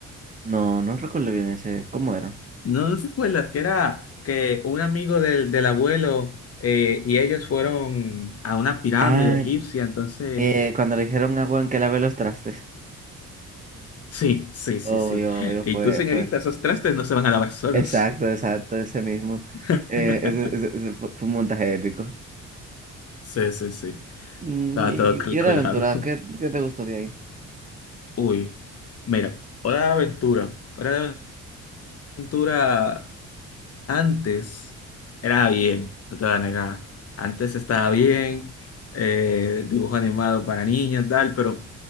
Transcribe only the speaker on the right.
No, no recuerdo bien ese. ¿Cómo era?
Ah,
eh, cuando le dijeron a Juan que lave los trastes.
Obvio,
obvio,
fue,
fue
Exacto, exacto, ese mismo.
Eh, ese, ese- ese fu- fue un montaje épico.
Mm,
Y,
y la aventura,
¿qué, qué te gustó de ahí?